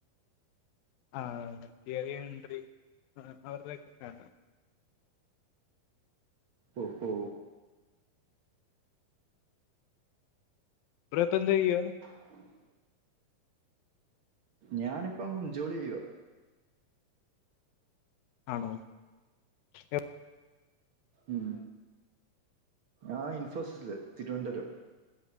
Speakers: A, on the left; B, on the right.
A: ആഹ് തിയറി എൻട്രി ആഹ് അവരുടെ ഒക്കെ കാണും
B: ഓ ഹോ
A: ബ്രോ ഇപ്പൊ എന്തോ ചെയ്യാ?
B: <inaudible> ഞാനിപ്പം ജോലി ചെയ്യുവ്യാ
A: ആണോ? എപ്
B: മ് ആ ഇൻഫോസിസില് തിരുവോന്താരം